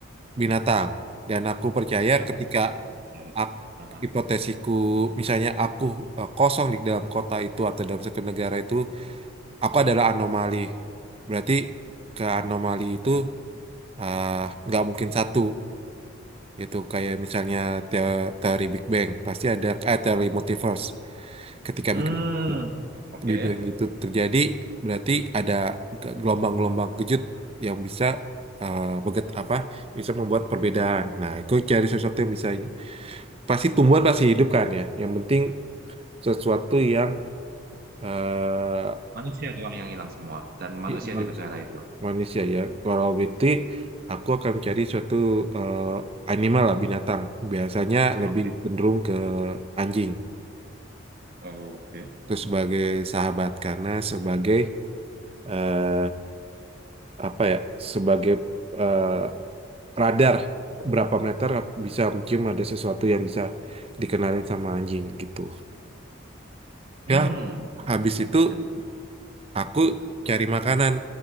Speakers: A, on the right (about 30°); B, on the right (about 50°).
A: binatang. Dan aku percaya
B: Hewan
A: ketika
B: ya.
A: ak-
B: Heeh.
A: hipotesisku, misalnya aku eh, kosong di dalam kota itu atau dalam satu negara itu, aku adalah anomali. Berarti ke anomali itu eh, nggak mungkin satu. Itu kayak misalnya teo- teori Big Bang. Pasti ada eh, teori multiverse ketika
B: Hmm,
A: Big Bang.
B: oke.
A: lebih baik itu terjadi berarti ada ge- gelombang-gelombang kejut yang bisa eh, beget apa bisa membuat perbedaan. Nah, itu cari sesuatu yang bisa pasti tumbuhan pasti hidup kan ya. Yang penting sesuatu yang eh,
B: Manusia doang yang hilang semua dan manusia
A: i- man-
B: di negara itu.
A: manusia ya. Kalau berarti aku akan cari suatu eh, animal lah binatang. Biasanya lebih
B: Oke.
A: cenderung ke anjing.
B: Oke.
A: Itu sebagai sahabat karena sebagai eh, apa ya sebagai eh, radar berapa meter bisa mencium ada sesuatu yang bisa dikenalin sama anjing gitu.
B: Hmm.
A: Ya,
B: Oke.
A: habis itu
B: And
A: aku cari makanan